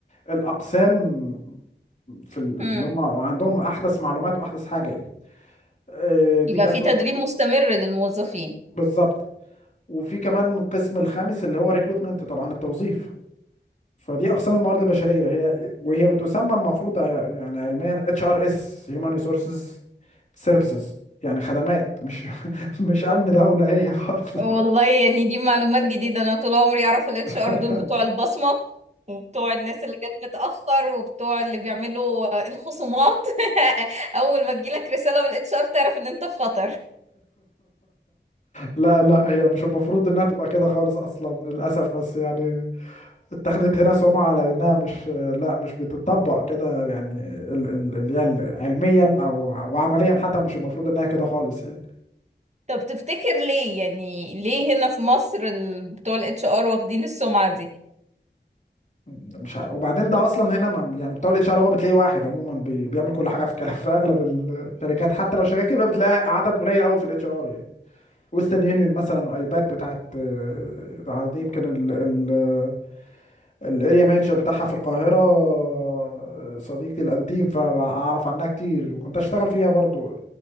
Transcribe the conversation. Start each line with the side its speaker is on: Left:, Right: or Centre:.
Left: الاقسام في ال- اللي
Right: هم.
Left: هم عندهم احدث معلومات واحدث حاجه يعني آه، دي
Right: يبقى
Left: كانت
Right: في
Left: نقطه
Right: تدريب مستمر للموظفين
Left: بالظبط وفي كمان القسم الخامس اللي هو ريكروتمنت طبعا التوظيف فدي اقسام الموارد البشريه هي وهي بتسمى المفروض ع- يعني علميا اتش ار اس هيومن ريسورسز سيرفيسز يعني خدمات مش <laughs> مش امن دوله هي خالص
Right: والله يعني دي معلومات جديدة انا طول عمري اعرف الاتش
Left: <laughs>
Right: ار دول بتوع البصمة وبتوع الناس اللي جت متأخر وبتوع اللي بيعملوا الخصومات <laughs> اول ما تجيلك رسالة من الاتش ار تعرف ان انت في خطر
Left: لا لا هي مش المفروض انها تبقى كده خالص اصلا للاسف بس يعني اتخذت هنا سمعة على انها مش لا مش بتطبق كده يعني ال- ال- اللي هي ال- علميا او وعمليا حتى مش المفروض انها كده خالص يعني
Right: طب تفتكر ليه يعني ليه هنا في مصر ال- بتوع الاتش ار واخدين السمعة دي
Left: مش ع- وبعدين ده اصلا هنا ما- يعني بتولد شهر هو بتلاقيه واحد عموما بي- بيعمل كل حاجه في كل- في اغلب الشركات حتى لو الشركات كبيره بتلاقي عدد قليل قوي في الاتش ار يعني. ويسترن يونيون مثلا ايباك بتاعت آه، آه، دي يمكن ال- ال- الاريا مانجر بتاعها في القاهره آه، صديقي الانتيم فاعرف عنها كتير وكنت اشتغل فيها برضو